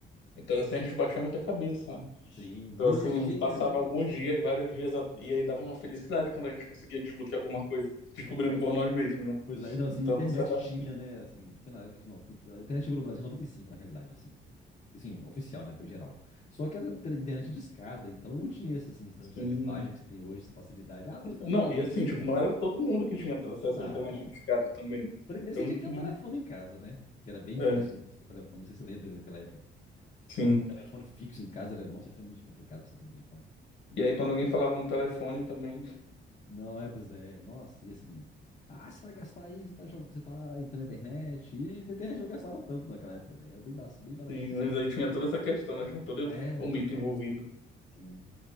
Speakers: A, on the left (about 70°); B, on the left (about 35°).
A: então assim, a gente batia muita cabeça, né?
B: Sim,
A: Então,
B: não
A: assim,
B: existia internet.
A: passava alguns dias, vários dias, a- e aí dava uma felicidade quando a gente conseguia desbloquear alguma coisa,
B: Sim,
A: descobrindo
B: não.
A: por nós mesmos, né?
B: Pois é, não, assim,
A: Então,
B: internet
A: isso era
B: tinha, né? Assim, foi na época de 90. A internet chegou no Brasil em 95, na realidade, assim. Assim, oficial, né, pra geral. Só que era tre- internet de escada, então não tinha essa, assim, essa quantidade
A: assim.
B: de páginas que você tem hoje, essa facilidade. Ah, vou entrar
A: Não,
B: ali e vou ver
A: e
B: um
A: assim,
B: tutorial.
A: tipo, não era todo mundo que tinha acesso
B: Não.
A: à internet discada também.
B: Primeiro
A: Então
B: você tinha
A: tinha.
B: que ter um telefone em casa, né? Que era bem difícil
A: É,
B: você conseguir um telefone. Não sei se você lembra daquela época que
A: sim.
B: pra ter um telefone fixo em casa era, nossa, extremamente complicado pra você ter um telefone.
A: E aí, quando alguém falava no telefone também,
B: Não, é, pois é. Nossa, e assim. Ah, você vai gastar aí, você tá, jog... você tá entrando na internet. E na internet não gastava tanto naquela época, velho. Era bem, ba- bem baratinho
A: sim,
B: assim.
A: mas aí tinha toda essa questão, né? Tinha todo
B: Era,
A: o mito envolvido.
B: sim.